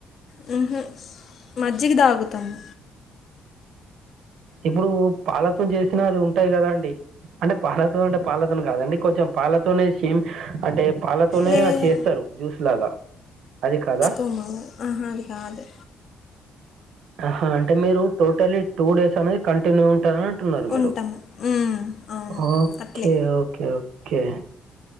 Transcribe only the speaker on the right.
ఇప్పుడు పాల తో చేసినా అది ఉంటాయి కదా అండి అంటే పాలతో అంటే పాలతోను కాదండి కొంచెం పాలతోనే సేమ్ అంటే పాలతోనే
చేస్తారు జ్యూస్ లాగా అది కాదా
హా అంటే మీరు టోటలీ టూ డేస్ అనేది కంటిన్యూ ఉంటారా ఉంటున్నారు మీరు
Okay
okay okay